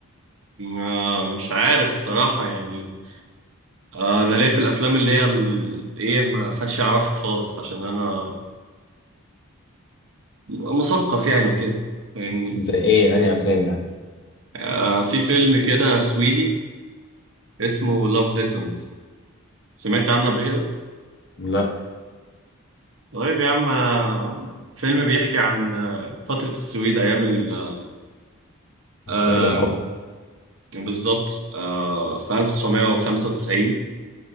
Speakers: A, on the right; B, on the left.
A: آه مش عارف الصراحه يعني آه، انا ليا في الافلام اللي هي ال... ايه ما حدش يعرفها خالص عشان انا م- مثقف يعني وكده فاهمني
B: زي ايه انهي افلام يعني
A: آه في فيلم كده سويدي اسمه لاف ليسونز سمعت عنه قبل كده
B: لا
A: طيب يا عم آه، فيلم بيحكي عن آه، فترة السويد ايام ال... آم،
B: ايام الحب
A: بالظبط آه في 1995